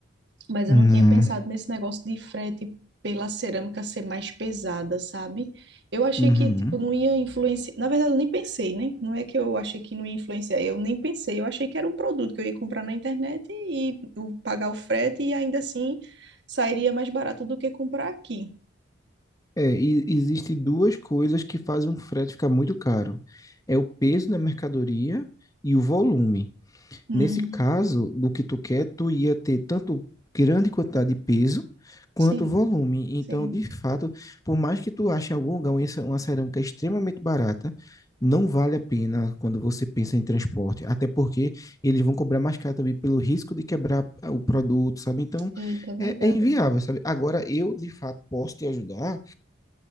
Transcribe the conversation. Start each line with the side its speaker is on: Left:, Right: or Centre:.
Right: mas
Left: Não.
Right: eu não tinha pensado nesse negócio de frete pela cerâmica ser mais pesada, sabe? Eu achei
Left: Uhum.
Right: que, tipo, não ia influenciar. Na verdade, eu nem pensei, né? Não é que eu achei que não ia influenciar, eu nem pensei. Eu achei que era um produto que eu ia comprar na internet e eu pagar o frete e ainda assim sairia mais barato do que comprar aqui.
Left: É, e existe duas coisas que fazem um frete ficar muito caro. É o peso da mercadoria e o volume.
Right: Hum,
Left: Nesse caso, do que tu quer, tu ia ter tanto grande quantidade de peso quanto
Right: sim,
Left: volume. Então,
Right: sim.
Left: de fato, por mais que tu ache em algum lugar uma ce- uma cerâmica extremamente barata, não vale a pena quando você pensa em transporte, até porque eles vão cobrar mais caro também pelo risco de quebrar ah, o produto, sabe? Então,
Right: Eita, é verdade.
Left: é, é inviável, sabe? Agora, eu, de fato, posso te ajudar